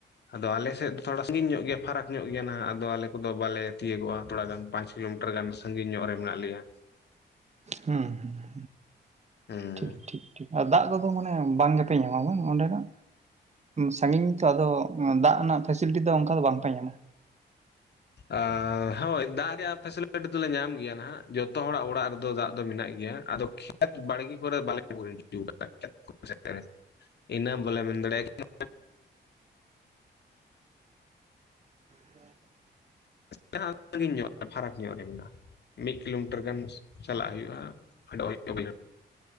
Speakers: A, on the left; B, on the right.
A: ᱟᱫᱚ ᱟᱞᱮ ᱥᱮᱫ ᱫᱚ ᱛᱷᱚᱲᱟ ᱥᱟᱸᱜᱤᱧ ᱧᱚᱜ ᱜᱮᱭᱟ। ᱯᱷᱟᱨᱟᱠ ᱧᱚᱜ ᱜᱮᱭᱟ ᱱᱟᱦᱟᱜ। ᱟᱫᱚ ᱟᱞᱮ ᱠᱚᱫᱚ ᱵᱟᱞᱮ ᱛᱤᱭᱟᱹᱜᱚᱜ-ᱟ ᱛᱷᱚᱲᱟ ᱜᱟᱱ, ᱯᱟᱸᱪ ᱠᱤᱞᱳᱢᱤᱴᱟᱨ ᱜᱟᱱ ᱥᱟᱸᱜᱤᱧ ᱧᱚᱜ ᱨᱮ ᱢᱮᱱᱟᱜ ᱞᱮᱭᱟ।
B: ᱦᱩᱸ, ᱦᱩᱸ᱾
A: ᱦᱮᱸ।
B: ᱴᱷᱤᱠ ᱴᱷᱤᱠ ᱴᱷᱤᱠ। ᱟᱨ ᱫᱟᱜ ᱠᱚᱫᱚ ᱢᱟᱱᱮ ᱵᱟᱝ ᱜᱮᱯᱮ ᱧᱟᱢᱟ ᱵᱟᱝ ᱚᱸᱰᱮᱱᱟᱜ? ᱥᱟᱸᱜᱤᱧ ᱛᱚ, ᱟᱫᱚ ᱫᱟᱜ ᱨᱮᱱᱟᱜ ᱯᱷᱮᱥᱤᱞᱤᱴᱤ ᱫᱚ ᱚᱱᱠᱟ ᱫᱚ ᱵᱟᱝ ᱯᱮ ᱧᱟᱢᱟ।
A: ᱟᱸᱻ ᱦᱳᱭ ᱫᱟᱜ ᱨᱮᱭᱟᱜ ᱯᱷᱮᱥᱤᱞᱤᱴᱤ ᱫᱚᱞᱮ ᱧᱟᱢ ᱜᱮᱭᱟ ᱱᱟᱦᱟᱜ। ᱡᱷᱚᱛᱚ ᱦᱚᱲᱟᱜ ᱚᱲᱟᱜ ᱨᱮᱫᱚ ᱫᱟᱜ ᱫᱚ ᱢᱮᱱᱟᱜ ᱜᱮᱭᱟ। ᱟᱫᱚ ᱠᱷᱮᱛ ᱵᱟᱲᱜᱮ ᱠᱚᱨᱮ ᱵᱟᱞᱮ <unintelligible> ᱤᱱᱟᱹ ᱵᱚᱞᱮ ᱢᱮᱱ ᱫᱟᱲᱮᱭᱟᱜ-ᱟ ᱠᱟᱱᱟ᱾
B: <unintelligible>
A: ᱢᱮᱱᱟᱜ-ᱟ ᱥᱟᱸᱜᱤᱧ ᱧᱚᱜ, ᱯᱷᱟᱨᱟᱠ ᱧᱚᱜ ᱨᱮ ᱢᱮᱱᱟᱜ-ᱟ। ᱢᱤᱫ ᱠᱤᱞᱳᱢᱤᱴᱟᱨ ᱜᱟᱱ ᱪᱟᱞᱟᱜ ᱦᱳᱭᱳᱜᱼᱟ। ᱯᱷᱮᱸᱰᱳ ᱦᱳᱭᱳᱜ-ᱟ ᱵᱟᱹᱭᱦᱟᱹᱲ᱾